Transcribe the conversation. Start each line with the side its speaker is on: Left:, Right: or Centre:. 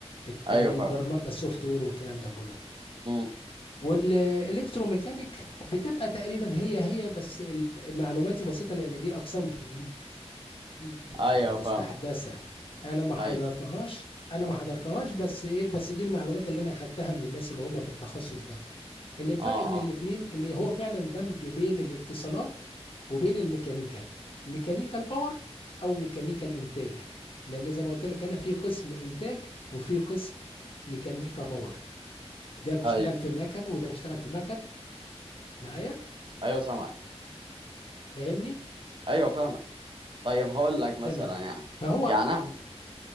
Left: الت-
Right: ايوه
Left: ال- البرمجة
Right: فاهم
Left: السوفت وير والكلام ده كله
Right: مم.
Left: والالكتروميكانيك بتبقى تقريبا هي هي بس المعلومات البسيطة لان دي اقسام جديدة جديدة
Right: ايوه
Left: مستحدثة
Right: فاهمك
Left: انا ما حضرتهاش
Right: ايوه
Left: انا ما حضرتهاش بس ايه بس دي المعلومات اللي انا اخدتها من الناس اللي هم في التخصص ده ان الفرق
Right: اه
Left: بين
Right: اه
Left: الاتنين ان هو فعلا دمج بين الاتصالات وبين الميكانيكا ميكانيكا الباور او ميكانيكا الانتاج لان زي ما قلت لك انا في قسم انتاج وفي قسم ميكانيكا باور ده بيشتغل
Right: ايوه
Left: في مكن وده بيشتغل في مكن معايا
Right: ايوه سامعك
Left: فاهمني
Right: ايوه فاهمك طيب هقول لك مثلا
Left: تمام
Right: يعني
Left: فهو
Right: يعني انا